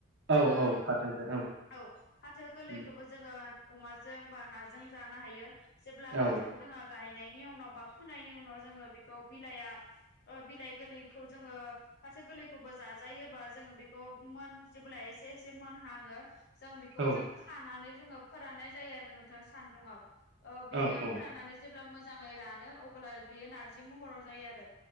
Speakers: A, on the left; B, on the right.
A: जोङो
B: औ औ फाथोनिफ्राय
A: औ फाथो गोरलैखौबो
B: उम,
A: जोङो अमाजों बा नाजों जानो हायो जेब्ला
B: औ
A: फाथोखौ जोङो गायनायनि उनाव बा फुनायनि उनाव जोङो बेखौ बिलाइया ओ बिलाइ गोरलैखौ जोङो फाथो गोरलै खौबो जाजायोबा जोङो बेखौ मोन जेब्ला एसे एसे मोनहाङो जों बेखौ
B: औ
A: जों खानानै जोङो फोराननाय जायो आरो नोंथां सान्दुुङाव ओ बिदिनो
B: औ
A: फोराननानै जेब्ला मोजाङै रानो अब्ला बियो नारजि महराव जायो आरो।